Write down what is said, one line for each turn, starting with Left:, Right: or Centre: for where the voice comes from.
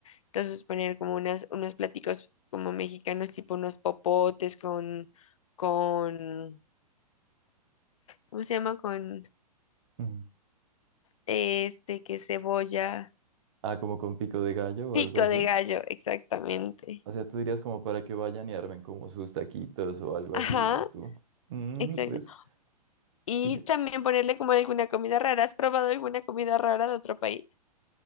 Left: Entonces poner como unas, unos platicos como mexicanos, tipo unos popotes con, con, ¿cómo se llama? Con
Right: Mm.
Left: este, que cebolla,
Right: Ah, como con pico de gallo o
Left: pico
Right: algo así.
Left: de gallo, exactamente.
Right: O sea, tú dirías como para que vayan y armen como sus taquitos o algo
Left: Ajá,
Right: así, dices tú. Mm,
Left: exacto.
Right: pues,
Left: Y
Right: fíjate.
Left: también ponerle como alguna comida rara. ¿Has probado alguna comida rara de otro país